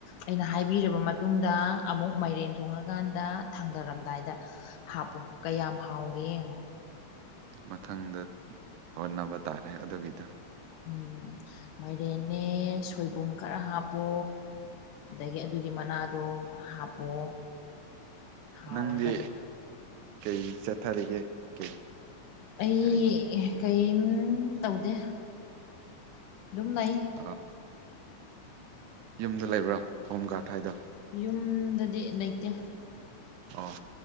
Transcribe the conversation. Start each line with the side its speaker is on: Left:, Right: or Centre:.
Left: ꯑꯩꯅ ꯍꯥꯏꯕꯤꯔꯕ ꯃꯇꯨꯡꯗ ꯑꯃꯨꯛ ꯃꯥꯏꯔꯦꯟ ꯊꯣꯡꯉꯀꯥꯟꯗ ꯊꯥꯡꯗꯔꯝꯗꯥꯏꯗ ꯍꯥꯞꯄꯣ ꯀꯌꯥꯝ ꯍꯥꯎꯒꯦ ꯌꯦꯡꯉꯣ
Right: ꯃꯊꯪꯗ ꯍꯣꯠꯅꯕ ꯇꯥꯔꯦ ꯑꯗꯨꯒꯤꯗ
Left: ꯎꯝ ꯃꯥꯏꯔꯦꯟꯅꯦ ꯁꯣꯏꯕꯨꯝ ꯈꯔ ꯍꯥꯞꯄꯣ ꯑꯗꯒꯤ ꯑꯗꯨꯒꯤ ꯃꯅꯥꯗꯣ ꯍꯥꯞꯄꯣ ꯍꯥꯎꯔꯗꯕꯅꯦ
Right: ꯅꯪꯗꯤ ꯀꯩ ꯆꯠꯊꯔꯤꯒꯦ ꯀꯩ
Left: ꯑꯩ
Right: ꯀꯔꯤ
Left: ꯀꯩꯝ ꯇꯧꯗꯦ ꯑꯗꯨꯝ ꯂꯩ
Right: ꯑꯥ ꯌꯨꯝꯗ ꯂꯩꯕ꯭ꯔꯥ ꯍꯣꯝ ꯒꯥꯔꯗ ꯍꯥꯏꯗꯣ
Left: ꯌꯨꯝꯗꯗꯤ ꯂꯩꯇꯦ
Right: ꯑꯣ